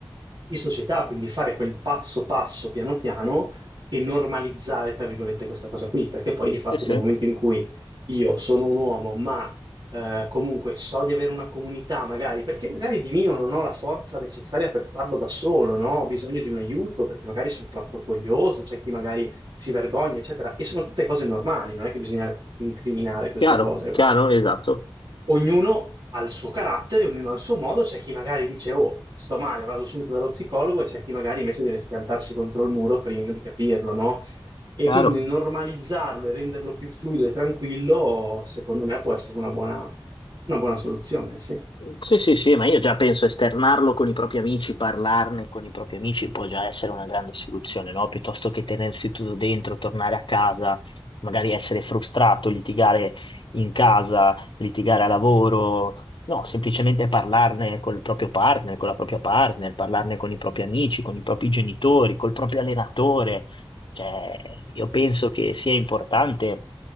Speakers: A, on the right (about 65°); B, on the left (about 70°).
A: di società, quindi fare quel passo passo piano piano e normalizzare, tra virgolette, questa cosa qui, perché poi di fatto
B: Sì, sì,
A: nel momento in cui io sono un uomo, ma eh, comunque so di avere una comunità, magari, perché magari di mio non ho la forza necessaria per farlo da solo, no? Ho bisogno di un aiuto perché magari sono troppo orgoglioso, c'è chi magari si vergogna, eccetera. E sono tutte cose normali, non è che bisogna incriminare queste
B: chiaro,
A: cose,
B: chiaro, esatto,
A: ognuno ha il suo carattere, ognuno ha il suo modo, c'è chi magari dice, oh, sto male, vado subito dallo psicologo, e c'è chi magari invece deve schiantarsi contro il muro prima di capirlo, no? E
B: chiaro.
A: quindi normalizzarlo e renderlo più fluido e tranquillo, secondo me, può essere una buona, una buona soluzione, sì.
B: Sì, sì, sì, ma io già penso esternarlo con i propri amici, parlarne con i propri amici può già essere una grande soluzione, no? Piuttosto che tenersi tutto dentro, tornare a casa, magari essere frustrato, litigare in casa, litigare a lavoro. No, semplicemente parlarne col proprio partner, con la propria partner, parlarne con i propri amici, con i propri genitori, col proprio allenatore. Cioè, io penso che sia importante